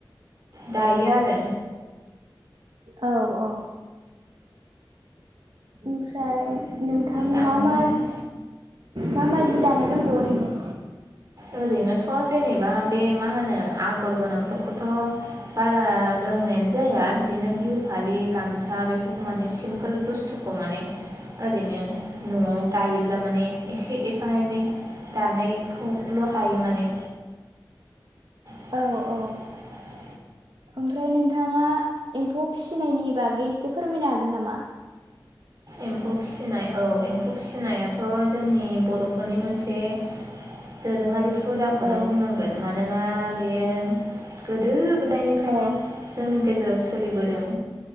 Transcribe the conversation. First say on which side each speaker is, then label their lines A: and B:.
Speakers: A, on the right; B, on the right.
A: दायो आरो
B: औ औ ओमफ्राय नों नोंथां
A: दानो
B: मा मा मा मा जि दानो रोंगौ ओरैनो
A: ओरैनोथ जेनेबा बे मा होनो आगर गोनांफोरखौथ' बारा रोंनायानो जाया बिदिनो बिहु फालि गामसा बेफोरखौ माने सिम्पोल बुस्थु खौ माने ओरैनो नआव दायोब्ला माने एसे एफा एनै दानायखौ ल' हायो माने <inaudible>
B: औ औ ओमफ्राय नोंथाङा एम्फौ फिसिनायनि बागै एसे फोरमायनो हागोन नामा?
A: एम्फौ फिसिनाय औ एम्फौ फिसिनायाथ जोंनि बर'फोरनि मोनसे दोरोङारि हुदाखौनो
B: औ
A: बुंनांगोन मानोना बेयो गोदो गोदायनिफ्रायनो
B: औ
A: जोंनि गेजेराव सोलिबोदों